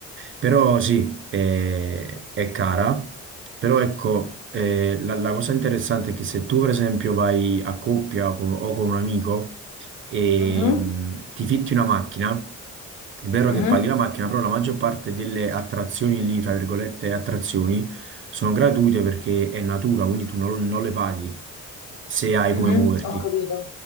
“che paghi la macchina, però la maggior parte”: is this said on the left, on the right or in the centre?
Right